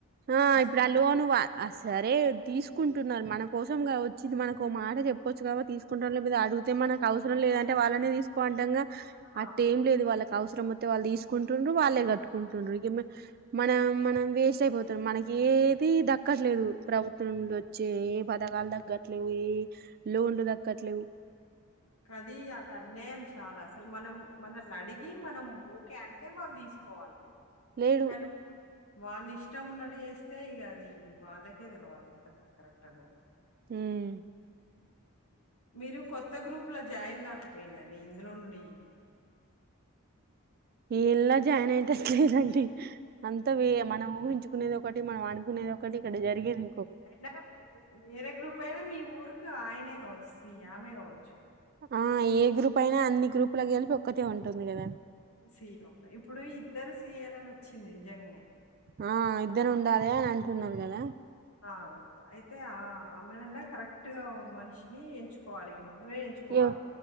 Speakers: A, on the right; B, on the left.
A: ఆ
B: వొస్తయి
A: ఇప్పుడు ఆ లోన్ వా ఆ సరే తీసుకుంటున్నారు మన కోసం గా వచ్చింది మనకోమాట చెప్పొచ్చు కాబ తీసుకుంటాళ్ళమ్ ఇద అడిగుతే మనకవసరం లేదంటే వాళ్ళనే తీసుకో అంటంగా అట్టేం
B: ఆ
A: లేదు వాళ్ళక్ అవసరమొత్తే వాళ్ళు తీసుకుంటుండ్రు వాళ్ళే కట్టుకుంటుండ్రు ఇగ మే మనం మనం వేస్ట్ అయిపోతం మనకేది దక్కట్లేదు ప్రభుత్వం నుండొచ్చే ఏ పథకాలు దగ్గట్లేవు ఏ లోన్లు దక్కట్లేవు
B: కది అదన్యాయమ్ చే చాలాసలు మనం మనల్నడిగి ఏ మనం ఓకే అంటే వాళ్ళు తీసుకోవాలి
A: లేడు
B: కను వాళ్ళు ఇష్టం ఉన్నట్టు చేస్తే ఇక అది వాళ్ళకే తెలవాలి ఇంతవరకు కరెక్ట్ అనే
A: హుమ్
B: మీరు కొత్త గ్రూప్ లో జాయిన్ కాకపోయిండండి ఇందులో నుండి,
A: ఏల్లా జాయిన్ అనే ఇంట్రెస్ట్ లేదండి అంతే మనం ఊహించుకునేది ఒకటి, మనం ఆనుకునేది ఒకటి, ఇక్కడ జరిగేది ఇం
B: ఐనా వే వేరే గ్రూప్ అయినా మీ ఊరు కా ఆయనే కావచ్చు సీ ఆమె కావచ్చు
A: ఆ ఏ గ్రూప్ అయినా అన్ని గ్రూపులకు గలిపి ఒక్కటే ఉంటుంది కదా
B: సీ ఇఓ లో ఇప్పుడు ఇద్దరు సీఏలని వచ్చింది నిజంగనే
A: ఆ ఇద్దరు ఉండాలె అని అంటున్నారు కదా
B: ఆ అయితే ఆ అమెనన్నా కరెక్ట్ గా మనిషి ని ఎంచుకోవాలి ఇ మనమే ఎంచుకోవాలి
A: యో